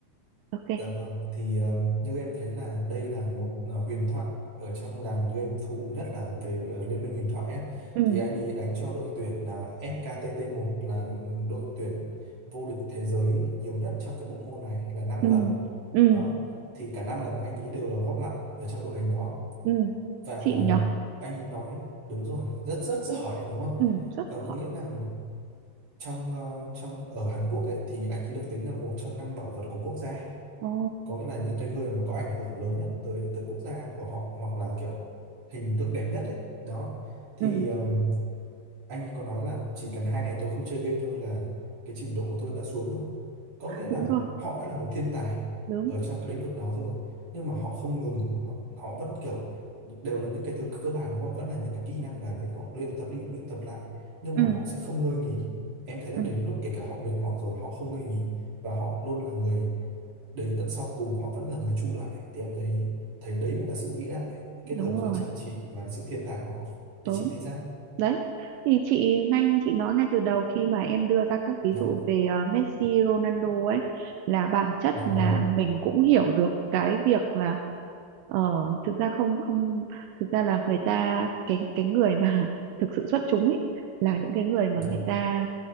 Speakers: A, on the right; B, on the right.
A: ok
B: Dạ vâng, thì ờ, như em thấy là đây là một ờ, huyền thoại ở trong làng game thủ nhất là về ờ, Liên minh huyền thoại ấy.
A: ừ
B: Thì anh ấy đánh cho đội tuyển là SKTT1 là ừ, đội tuyển vô địch thế giới nhiều nhất trong cái bộ môn này là năm
A: ừ
B: lần.
A: ừ
B: Đó, thì cả 5 lần anh ấy đều là góp mặt ở trong đội hình đó.
A: ừ
B: Và
A: xịn nhở
B: anh ấy nói đúng rồi, rất rất giỏi đúng không?
A: ừ rất
B: Ờ, có
A: giỏi
B: nghĩa là trong ờ, trong ở Hàn Quốc ấy, thì anh ấy được tính là một trong năm bảo vật của quốc gia
A: ồ
B: có nghĩa là những cái người mà có ảnh hưởng lớn nhất tới tới quốc gia của họ hoặc là kiểu hình tượng đẹp nhất ấy đó thì
A: ừ
B: um, anh ấy có nói là chỉ cần hai ngày tôi không chơi game thôi là cái trình độ của tôi đã xuống rồi có nghĩa là
A: đúng rồi
B: họ đã là một thiên tài
A: đúng
B: ở trong cái lĩnh vực đó rồi nhưng mà họ không ngừng họ họ vẫn kiểu đều là những cái thứ cơ bản đúng không vẫn là những cái kỹ năng đấy họ luyện tập đi luyện tập lại nhưng
A: ừ
B: mà họ sẽ không ngơi nghỉ em thấy là
A: ừ
B: đến lúc kể cả họ mệt mỏi rồi họ không ngơi nghỉ và họ luôn là người đến tận sau cùng họ vẫn là người trụ lại thì em đấy thấy đấy mới là sự vĩ đại kết
A: đúng
B: hợp giữa
A: rồi
B: chăm chỉ và sự thiên tài của họ thì
A: đúng
B: chị thấy sao
A: đấy thì chị ngay như chị nói ngay từ đầu khi mà em đưa ra các ví
B: dạ
A: dụ về ờ, Messi, Ronaldo ấy là bản chất
B: dạ
A: là
B: vâng
A: mình cũng hiểu được cái việc là ờ, thực ra không không thực ra là người ta cái cái người mà thực sự xuất chúng ấy là những cái người mà
B: dạ
A: người ta